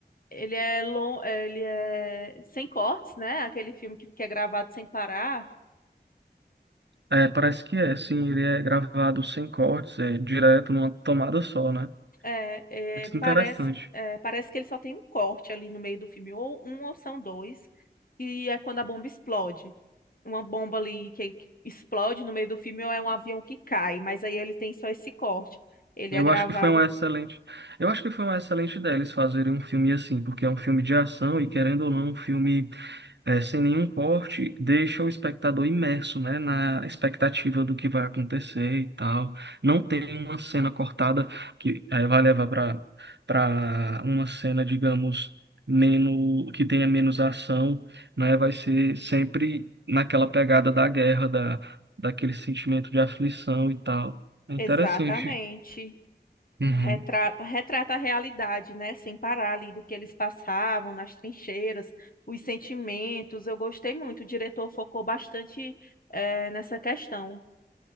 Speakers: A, on the left; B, on the right.
A: ele é, lon- ele é sem cortes, né? Aquele filme que, que é gravado sem parar.
B: É, parece que é, sim. Ele é gravado sem cortes, é direto numa tomada só, né?
A: É, é,
B: Muito
A: parece,
B: interessante.
A: é, parece que ele só tem um corte ali no meio do filme, ou um ou são dois, e é quando a bomba explode. Uma bomba ali que que explode no meio do filme, ou é um avião que cai, mas aí ele tem só esse corte. Ele
B: Eu
A: é gravado
B: acho que foi uma excelente, eu acho que foi uma excelente ideia eles fazerem um filme assim, porque é um filme de ação e querendo ou não, um filme eh, sem nenhum corte, deixa o espectador imerso, né, na expectativa do que vai acontecer e tal. Não tem uma cena cortada que eh, vai levar para para uma cena, digamos, menos que tenha menos ação, né? Vai ser sempre naquela pegada da guerra, da daquele sentimento de aflição e tal. É interessante.
A: exatamente,
B: Uhum,
A: retrata, retrata a realidade, né? Sem parar ali do que eles passavam nas trincheiras, os sentimentos. Eu gostei muito, o diretor focou bastante, é, nessa questão.